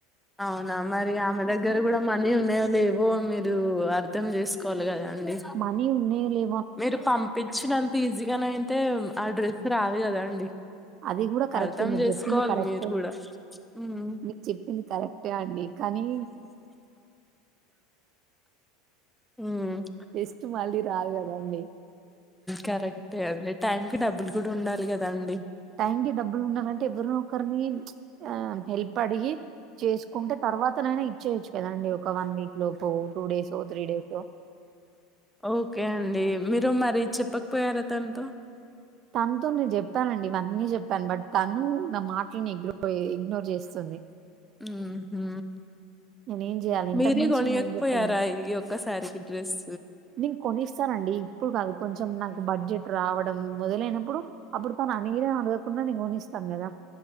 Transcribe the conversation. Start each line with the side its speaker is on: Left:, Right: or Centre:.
Centre: అవునా మరి ఆమె దగ్గర కూడా మనీ ఉన్నాయో లేవో మీరు అర్ధం చేసుకోవాలి కదా అండి
Right: మనీ ఉన్నాయి లే
Centre: మీరు పంపించినంత ఈజీగాన అయితే ఆ డ్రెస్ రాదు కదా అండి
Right: అది కూడా కరెక్టే
Centre: అర్థం
Right: మీరు
Centre: చేసుకోవాలి
Right: చెప్పింది కరెక్ట్ే
Centre: మీరు కూడా ఉమ్
Right: మీకు చెప్పింది కరెక్టే అండి కానీ
Centre: మ్మ్
Right: టెస్ట్ మళ్ళీ రాదు గదండీ.
Centre: కరెక్ట్ బ్లెట్ టైం కి డబ్బులు కూడా ఉండాలి కదా అండి
Right: టైం కి డబ్బులు ఉండాలంటే ఎవరినో ఒకరిని ఆ హెల్ప్ అడిగి చేసుకుంటే తర్వాతనైనా ఇ చేయచ్చు కదండి ఒక వన్ వీక్ లో పో టూ డేసో త్రీ డేసో
Centre: ఓకే అండి మీరు మరి చెప్పకపోయార తనతో
Right: తనతో నేను చెప్పానండి అన్ని చెప్పాను బట్ తను నా మాట్లన్నీ ఇగ్నో ఇగ్నోర్ చేస్తుంది
Centre: ఉ హు
Right: నేనేం జేయాలి? ఇంతకు
Centre: మీరే
Right: మించి
Centre: కొనీయకపోయారా
Right: నేనేం జెప్పలేను.
Centre: ఈ ఒక్కసారి డ్రస్
Right: నేను కొనిస్తానండి ఇప్పుడు కాదు కొంచెం నాకు బడ్జెట్ రావడం మొదలైనప్పుడు అప్పుడు తను అడిగినా అడగకుండా నేను కొని స్తానుగదా